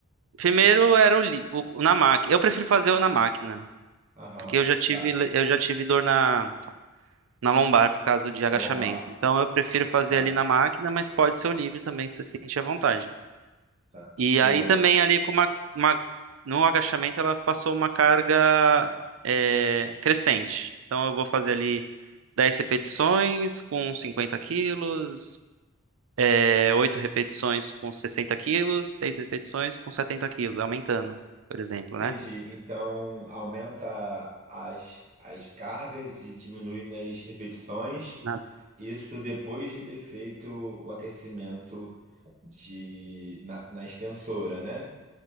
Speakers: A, on the right; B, on the right.
A: primeiro era o, li- o, o na máquina. Eu prefiro fazer
B: Na
A: o
B: máquina.
A: na máquina,
B: Aham,
A: porque eu já tive
B: tá.
A: le- eu já tive dor na na lombar por causa de agachamento.
B: A lombar.
A: Então eu prefiro fazer
B: Tá,
A: ali na máquina, mas pode ser o livre também, se você sentir à vontade.
B: tá.
A: E
B: Boa.
A: aí também ali com uma, uma- no agachamento ela passou uma carga é, crescente. Então eu vou fazer ali 10 repetições com 50 quilos, é, 8 repetições com 60 quilos, 6 repetições com 70 quilos, aumentando, por exemplo,
B: Entendi.
A: né?
B: Então, aumenta as, as cargas e diminui nas repetições.
A: Na-
B: Isso depois de ter feito o aquecimento de, na, na extensora, né?